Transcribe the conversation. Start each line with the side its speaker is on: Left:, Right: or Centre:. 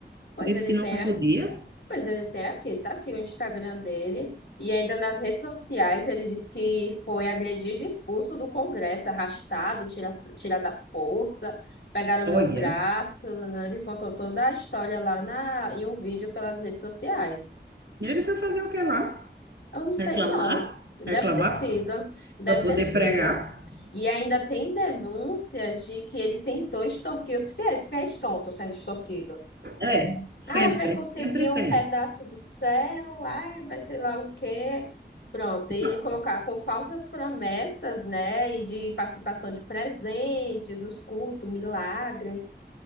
Left: Pois
Right: disse
Left: ele
Right: que não
Left: tem
Right: podia.
Left: Pois ele tem aqui, tá aqui o Instagram dele. E ainda nas redes sociais ele disse que foi agredido e expulso do Congresso, arrastado, tira- tirado à força, pegaram
Right: Olha,
Left: meu braço. né? Ele contou toda a história lá na, em um vídeo pelas redes sociais.
Right: e ele foi fazer o que lá?
Left: Eu não sei,
Right: Reclamar?
Left: não.
Right: Reclamar
Left: Deve ter sido. Deve
Right: para poder
Left: ter sido.
Right: pregar?
Left: E ainda tem denúncias de que ele tentou extorquir os fiéis, fiéis tontos sendo extorquidos.
Right: É, sempre,
Left: Ah, vai conseguir
Right: sempre
Left: um
Right: tem.
Left: pedaço do céu, ai, vai sei lá o quê. Pronto, e
Right: Tá.
Left: ele colocar com falsas promessas, né? E de participação de presentes nos cultos, milagre.